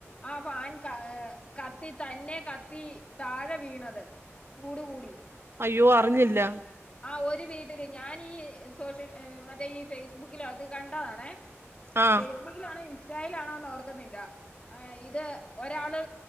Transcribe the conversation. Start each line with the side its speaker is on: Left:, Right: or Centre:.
Left: ആ ഫാൻ കാ കത്തി തന്നെ കത്തി താഴെ വീണത് ചൂട് കൂടി
Right: അയ്യോ അറിഞ്ഞില്ല
Left: ആ ഒരു വീട്ടില് ഞാനീ സോഷ്യൽ മറ്റേ ഈ ഫേസ്ബുക്കിലോ അത് കണ്ടതാണെ
Right: ആ
Left: ഫേസ്ബുക്ക് ലാണോ ഇൻസ്റ്റായിലാണോന്നോർക്കുന്നില്ല ഇത് ഒരാള്